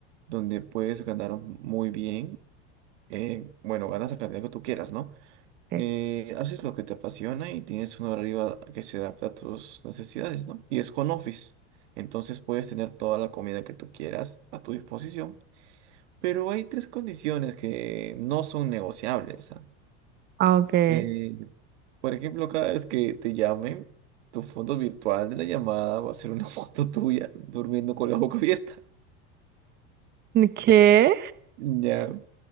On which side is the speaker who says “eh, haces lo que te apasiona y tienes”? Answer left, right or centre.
Right